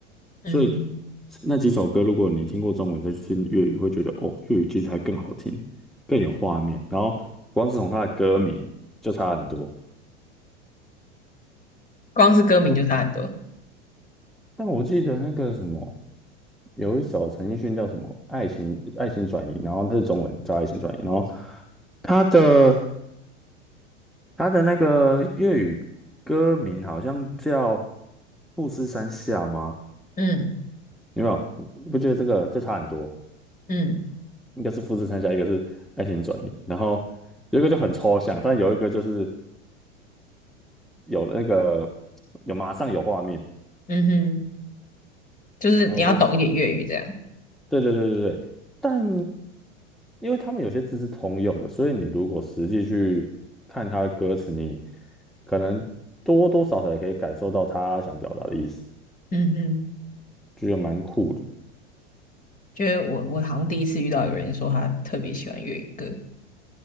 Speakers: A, on the left; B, in the centre.
A: 嗯哼，
B: 所以那几首歌，如果你听过中文再去听粤语，会觉得哦，粤语其实还更好听，更有画面。然后光是从它的歌名就差很多。
A: 光是歌名就差很多。
B: 嗯，但我记得那个什么，有一首陈奕迅叫什么《爱情爱情转移》，然后它是中文叫《爱情转移》，然后它的它的那个粤语歌名好像叫《富士山下》吗？
A: 嗯
B: 有没有？你不觉得这个就差很多？
A: 嗯
B: 一个是富士山下，一个是爱情转移，然后有一个就很抽象，但有一个就是有那个有马上有画面，
A: 嗯哼，就是你要懂一点粤语这样。
B: 然后就是对对对对对，但因为他们有些字是通用的，所以你如果实际去看他的歌词，你可能多多少少也可以感受到他想表达的意思，
A: 嗯哼。
B: 就觉得蛮酷的
A: 就是我我好像第一次遇到有人说他特别喜欢粤语歌，